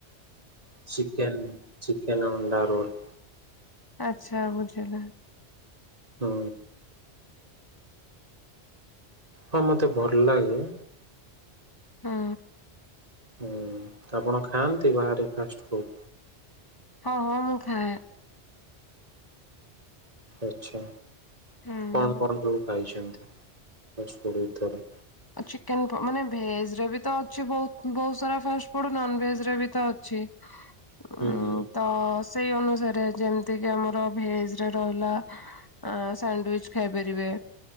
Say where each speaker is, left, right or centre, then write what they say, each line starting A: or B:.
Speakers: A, on the right (about 35°); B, on the left (about 20°).
A: ଚିକେନ୍ ଚିକେନ୍ ଅଣ୍ଡା ରୋଲ।
B: ଆଚ୍ଛା ବୁଝିଲି।
A: ହୁଁ। ହଁ ମତେ ଭଲ ଲାଗେ।
B: ହୁଁ।
A: ହୁଁ ଆପଣ ଖାଆନ୍ତି ବାହାରେ ଫାଷ୍ଟଫୁଡ?
B: ହଁ ମୁଁ ଖାଏ।
A: ଆଛା
B: ହୁଁ।
A: କଣ କଣ ସବୁ ଖାଇଛନ୍ତି? ଫାଷ୍ଟଫୁଡ <unintelligible>
B: ଅ ଚିକେନ ମାନେ ଭେଜ ରେ ବି ତ ଅଛି ବହୁ ବହୁତ ସାରା ଫାଷ୍ଟଫୁଡ ନନଭେଜ ରେ ବି ତ ଅଛି। <inaudible>
A: ହୁଁ
B: ଉଁ
A: ହୁଁ।
B: ତ ସେଇ ଅନୁସାରେ ଯେମିତି କି ଆମର ଭେଜରେ ରହିଲା ଆ ସ୍ୟାଣ୍ଡୱିଚ ଖାଇପାରିବେ।